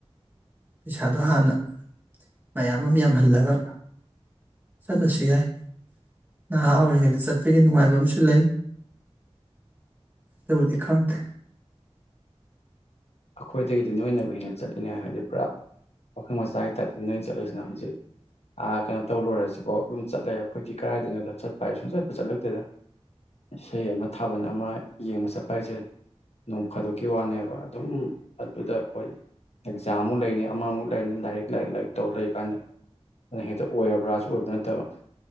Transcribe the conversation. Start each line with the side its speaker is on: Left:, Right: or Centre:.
Right: ꯄꯩꯁꯥꯗꯣ ꯍꯥꯟꯅ ꯃꯌꯥꯝ ꯑꯃ ꯌꯥꯝꯍꯜꯂꯒ ꯆꯠꯂꯁꯨ ꯌꯥꯏ ꯅꯍꯥ ꯑꯣꯏꯔꯤꯉꯩꯗ ꯆꯠꯄꯒꯤ ꯅꯨꯡꯉꯥꯏꯕ ꯑꯃꯁꯨ ꯂꯩ ꯑꯗꯨꯕꯨꯗꯤ ꯈꯪꯗꯦ
Left: ꯑꯩꯈꯣꯏꯗꯒꯤꯗꯤ ꯅꯣꯏꯅꯕꯨ ꯍꯦꯟꯅ ꯆꯠꯂꯤ ꯁꯤꯅꯦ ꯍꯥꯏꯗꯤ ꯄꯨꯔꯥ ꯋꯥꯈꯪ ꯃꯆꯥꯒꯤ ꯇꯥꯏꯞꯇ ꯅꯣꯢ ꯆꯠꯂꯤꯁꯤꯅ ꯍꯧꯖꯤꯛ ꯑꯥ ꯀꯩꯅꯣ ꯇꯧ ꯂꯣꯏꯔꯁꯤꯐꯧ ꯑꯗꯨꯝ ꯆꯠꯂꯩ ꯑꯩꯈꯣꯏꯗꯤ ꯀꯗꯥꯥꯏꯗꯩꯅꯣꯗ ꯆꯠꯄ ꯍꯥꯏ ꯁꯨꯡ ꯆꯠꯄ ꯆꯠꯂꯛꯇꯦꯗ ꯏꯁꯩ ꯑꯃ ꯊꯥꯕꯜ ꯑꯃ ꯌꯦꯡꯕ ꯆꯠꯄ ꯍꯥꯏꯁꯦ ꯅꯣꯡ ꯐꯥꯗꯣꯛꯀꯤ ꯋꯥꯅꯦꯕ ꯑꯗꯨꯝ ꯑꯗꯨꯗ ꯑꯩꯈꯣꯏ ꯑꯦꯛꯖꯥꯝꯃꯨꯛ ꯂꯩꯅꯤ ꯑꯃꯃꯨꯛ ꯂꯩꯅꯤ ꯂꯥꯏꯔꯤꯛ ꯂꯥꯏꯔꯤꯛ ꯂꯥꯏꯔꯤꯛ ꯇꯧꯔ ꯂꯩꯔꯤꯀꯥꯟꯗ ꯑꯗꯨꯅ ꯍꯦꯛꯇ ꯑꯣꯏꯔꯕ꯭ꯔꯥꯁꯨ ꯑꯣꯏꯕ ꯅꯠꯇꯕ